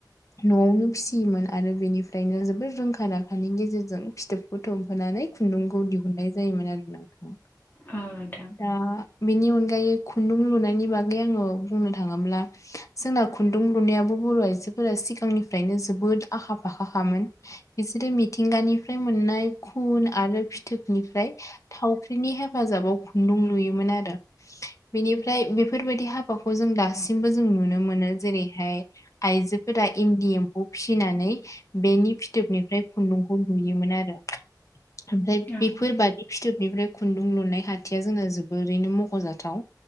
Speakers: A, on the left (about 45°); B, on the left (about 25°).
A: नआवनो फिसियोमोन आरो बेनिफ्रायनो जोबोद रोंखा राखानि गेजेरजों फिथोबखौ थुमहोनाय नानै खुन्दुंखौ दिहुननाय जायोमोन आरो नोंथां
B: औ नोंथां
A: दा बेनि अनगायै खुन्दुं लुनायनि बागै आङो बुंनो थाङोब्ला जोंना खुन्दुं लुनायाबो बर' आइजोफोरा सिगांनिफ्रायनो जोबोद आखा फाखाखामोन। बिसोरो मिथिंगानिफ्राय मोन नाय खुन आरो फिथोबनिफ्राय थावख्रिनि हेफाजाबाव खुन्दुं लुयोमोन आरो। बेनिफ्राय बेफोरबायदि हाबाखौ जों दासिमबो जों नुनो मोनो जेरैहाय आइजोफोरा इन्दि एम्फौ फिसिनानै बेनि फिथोबनिफ्राय खुन्दुंखौ नुयोमोन आरो। ओमफ्राय
B: औ
A: बेफोरबादि फिथोबनिफ्राय खुन्दुं लुनाय हाथिया जोंना जोबोरैनो मख'जाथाव।